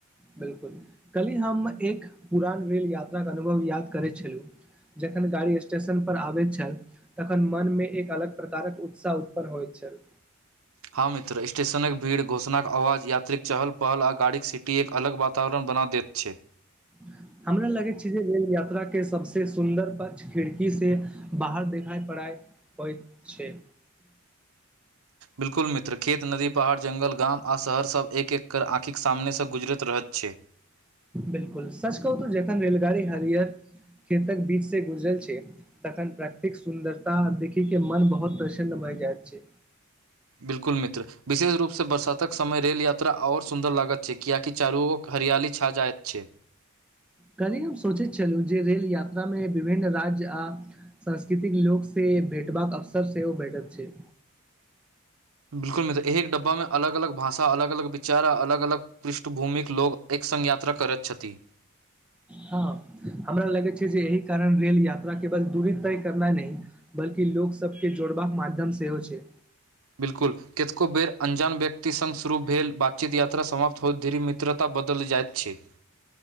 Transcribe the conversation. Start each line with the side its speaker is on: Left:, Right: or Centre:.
Centre: बिलकुल कल्हि हम एक पुरान रेल यात्राके अनुभव याद करै छल्हु जखन गाड़ी स्टेशन पर आबै छल तखन मन मे एक अलग प्रकारक उत्साह उत्पन्न होइ छल
Right: हँ मित्र स्टेशनक भीड़ घोषणाक आवाज यात्रीक चहल पहल आ गाड़ीक सीटीक अलग वातावरण बना दैत छै
Centre: ह हमरा लगै छै जे रेल यात्रा के सबसे सुंन्दर पक्ष खिड़की से बाहर देखाय पड़ाय होइत छै
Right: बिलकुल मित्र खेत नदी पहाड़ जंगल गाम आ शहर सभ एक एक आँखिक सामनेसँ गुजरति रहैत छै
Centre: बिलकुल सच कहू त जखन रेलगाड़ी हरयर खेतक बीच स गुजरल छै तखन प्रकतिक सुन्दरता देखी के मन बहुत प्रसन्न भय जायत छै
Right: बिलकुल मित्र विशेष रूपसँ बरसातक समय रेल यात्रा आओर सुन्दर लागत छै कियाकि चारु उक हरआली छा जायत छै
Centre: कल्ही हम सोचति छलहुँ जे रेल यात्रामे विभिन्न राज्य आ सांस्कृतिक लोकसे भेटबाक अवसर सेहो भेटत छै
Right: बिल्कुल मित्र एक डब्बामे अलग अलग भाषा अलग अलग विचारा आ अलग अलग पृष्ठभूमिक लोक एक संग यात्रा करैत छथि
Centre: हँ हमरा लगैत छै जे एहि कारण रेल यात्रा केवल दूरी तय करनाय नहि बल्कि लोक सबके जोड़बाक माध्यम सेहो छै
Right: बिलकुल केतको बेर अन्जान व्यक्ति संग शुरू भेल बातचीत यात्रा समाप्त होयत धीरी मित मित्रता बदलि जाइत छै